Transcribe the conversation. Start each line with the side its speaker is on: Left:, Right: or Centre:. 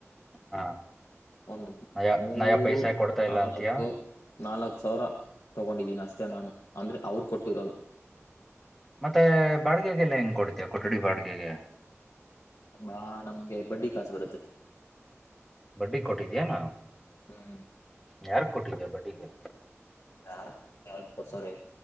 Centre: ಹಾ
Left: ಒಂದು
Centre: ನಯ
Left: ಮೂರು
Centre: ನಯ ಪೈಸಾ ಕೊಡ್ತಾ ಇಲ್ಲ
Left: ನಾಲ್ಕು
Centre: ಅಂತಯಾ
Left: ನಾಲ್ಕ್ ಸಾವಿರ ತಗೊಂಡಿದ್ದೀನಿ ಅಷ್ಟೇ ನಾನು ಅಂದ್ರೆ ಅವರು ಕೊಟ್ಟಿರೋದು
Centre: ಮತ್ತೆ ಬಾಡ್ಗೆಗೆಲ್ಲ ಹೆಂಗ್ ಕೊಡ್ತವ ಕೊಠಡಿ ಬಾಡ್ಗೆಗೆ
Left: ಹಾ ನಮ್ಗೆ ಬಡ್ಡಿ ಕಾಸು ಬರುತ್ತೆ
Centre: ಬಡ್ಡಿ ಕೊಟ್ಟಿದ್ಯಾನ
Left: ಹ್ಮ
Centre: ಯಾರ್ ಕೊಟ್ಟಿದೆ ಬಡ್ಟ್ಟಿಗೆ
Left: ತ್ತ ಕೊರ್ಸೋಯ